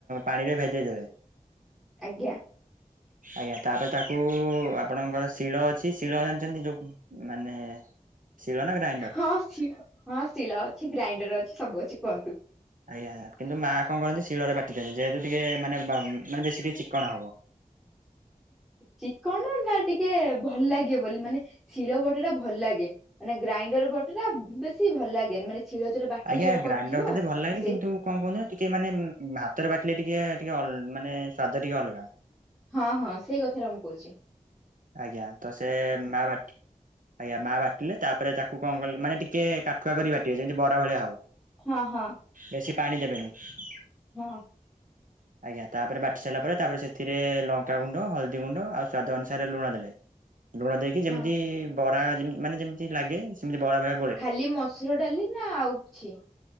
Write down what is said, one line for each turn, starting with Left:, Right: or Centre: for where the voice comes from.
Right: ପାଣିରେ ଭେଦେଇଦେବେ।
Centre: ଆଜ୍ଞା।
Right: ଆଜ୍ଞା ତାପରେ ତାକୁ ଆପଣଙ୍କର ଶିଳ ଅଛି ଶିଳ ଜାଣିଛନ୍ତି ଯୋଉ ମାନେ ଶିଳ ନା ଗ୍ରାଇଣ୍ଡର?
Centre: ହଁ ହଁ ଶିଳ ଅଛି ଗ୍ରାଇଣ୍ଡର ଅଛି ସବୁ ଅଛି କୁହନ୍ତୁ?
Right: ଆଜ୍ଞା କିନ୍ତୁ ମା କଣ କରନ୍ତି ଶିଳରେ ବାଟି ଦେବେ ଯେହେତୁ ଟିକେ ମାନେ ମାନେ ବେଶୀ ଟିକେ ଚିକ୍ଣ ହବ।
Centre: ଚିକଣ ନା ଟିକେ ଭଲ ଲାଗେ ବୋଲି ମାନେ ଶିଳ ବଟ ଟା ଭଲ ଲାଗେ ମାନେ ଗ୍ରାଇଣ୍ଡର ବଟା ଟା ବେଶୀ ଭଲ ଲାଗେନି ମାନେ ଶିୀଳରେ ଯୋରା ବାଟିଚ
Right: ଆଜ୍ଞା
Centre: ସେରା
Right: ଗ୍ରାଇଣ୍ଡର
Centre: କରିଥିବ।
Right: ମତେ ଏତେ ଭଲ ଲାଗେନି
Centre: ସେ
Right: କିନ୍ତୁ କଣ କହୁଛନ୍ତି ନା ଟିକେ ମାନେ ହାତରେ ବାଟିଲେ ଟିକେ ଟିକେ ମାନେ ସ୍ଵାଦ ଟିକେ ଅଲଗା।
Centre: ହଁ ହଁ ସେଇ କଥାଟା ମୁଁ କହୁଚି।
Right: ଆଜ୍ଞା ତ ସେ ମା ବା ଟି ଆଜ୍ଞା ମା ବାଟିଲେ ତାପରେ ତାକୁ କଣ କଲେ ମାନେ ଟିକେ କାଠୁଆ କରି ବାଟିବେ ଯେମିତି ବରା ଭଳିଆ ହବ।
Centre: ହଁ ହଁ।
Right: ବେଶୀ ପାଣି ଦେବେନେହିଁ।
Centre: ହୁଁ।
Right: ଆଜ୍ଞା ତାପରେ ବାଟି ସାରିଲା ପରେ ତାପରେ ସେଥିରେ ଲଙ୍କା ଗୁଣ୍ଡ ହଳଦୀ ଗୁଣ୍ଡ ଆଉ ସ୍ଵାଦ ଅନୁ ସା ତାପରେ ଲୁଣ ଦେଲେ ଲୁଣ ଦେଇକି
Centre: ହଁ।
Right: ଯେମିତି ବରା ମାନେ ଯେମିତି ଲାଗେ ସେମିତି ବରାଭଳିଆ
Centre: ଖାଲି ମସୁର ଡାଲି ନା ଆଉ କିଛି?